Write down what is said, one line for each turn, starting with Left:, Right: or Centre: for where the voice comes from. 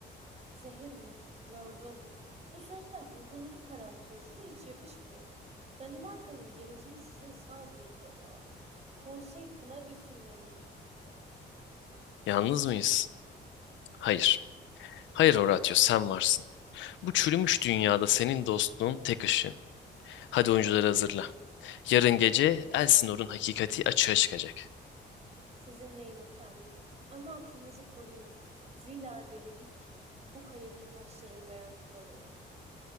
Right: Zehir mi? Lordum. Bu sözler ruhunuzu karartıyor. Size hiç yakışmıyor. Danimarka'nın geleceği sizin sağduyunuza bağlı. Konsey Claudius'un yanında.
Left: Yalnız mıyız? Hayır. Hayır Horatio sen varsın. Bu çürümüş dünyada senin dostluğun tek ışığım. Hadi oyuncuları hazırla. Yarın gece Elsinor'un hakikati açığa çıkacak.
Right: Sizinleyim efendim. Ama aklınızı koruyun. Zira delilik bu kalenin taşlarında yankılanıyor.